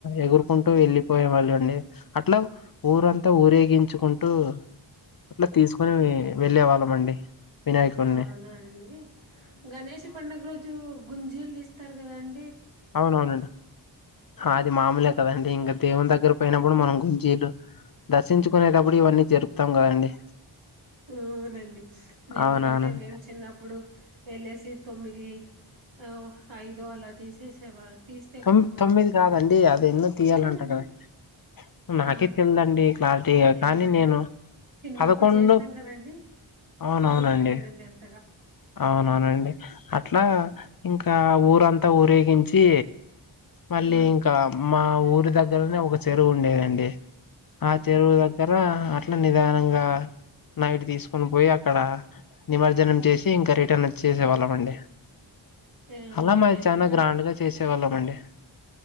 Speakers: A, on the left; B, on the right.
A: ఎగురుకుంటూ వెళ్ళిపోయేవాళ్ళు అండి అట్లా ఊరంతా ఊరేగించు కుంటూ అట్లా తీసుకోని వెళ్ళే వాళ్ళం అండి వినాయకుని
B: అవునా అండి గణేష్ పండుగ రోజు గుంజీలు తీస్తారు కద ఆన్
A: అవునవునండి అది మామూలే కదండి ఇంగ దేవుని దగ్గర పోయినప్పుడు మనం గుంజీలు దర్శించుకునేటప్పుడు ఇవన్నీ జరుపుతాం కదండి
B: అవునండి ఎందుకంటే
A: అవునవునండి
B: మేము చిన్నప్పుడు వెళ్ళేసి తొమ్మిది ఓ ఐదు అలా తీసేసేవా తీస్తే
A: తో
B: కొంచెము
A: తొమ్మిది కాదండి అవి ఎన్నో తీయాలంట
B: ఏందండి
A: కదండీ నాకే
B: ఆ
A: తెలిదండి క్లారిటీ
B: ఎందుకంటే
A: కానీ నేను
B: చిన్నప్పుడు
A: పదకొండు
B: చేసినాం కదండి
A: అవునవునండి
B: గుర్తులేదండి అంతగా
A: అవునవునండి అట్లా ఇంకా ఊరంతా ఊరేగించి మళ్ళీ
B: ఆ
A: ఇంకా మ్ మా ఊరి దగ్గరనే ఒక చెరువు ఉండేదండి ఆ చెరువు
B: ఓకే
A: దగ్గర అట్ల నిదానంగా నైట్ తీసుకొని పోయి అక్కడ నిమర్జనం చేసి ఇంకా రిటర్న్ వచ్చేసేవాళ్ళం అండి
B: ఆ
A: అలా మాది
B: ఎందు
A: చాలా గ్రాండ్ గా చేసేవాళ్ళం అండి